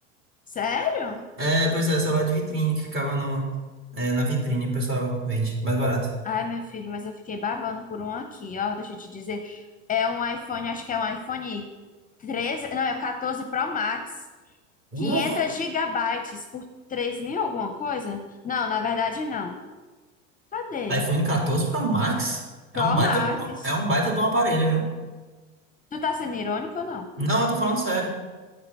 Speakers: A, on the left (about 20°); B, on the right (about 35°).
A: Sério?
B: É, pois é, celular de vitrine que ficava no, é, na vitrine, o pessoal vende. Mais barato.
A: Ai, meu filho, mas eu fiquei babando por um aqui, ó. Deixa eu te dizer. É um iPhone, acho que é um iPhone 13 não, é o 14 Pro Max.
B: Uh!
A: 500 gigabytes por 3 mil alguma coisa? Não, na verdade não. Cadê?
B: iPhone 14 Pro Max
A: Pro
B: é um baita,
A: Max.
B: é um baita de um aparelho, viu?
A: Tu tá sendo irônico ou não?
B: Não, eu tô falando sério.